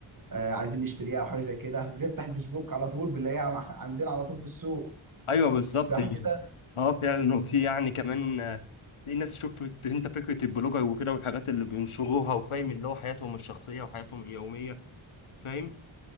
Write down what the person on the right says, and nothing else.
آه، عايزين نشتريها أو حاجة زي كده <laughs> بنفتح الفيسبوك على طول بنلاقيها مع- عندنا على طول في السوق
صح كده؟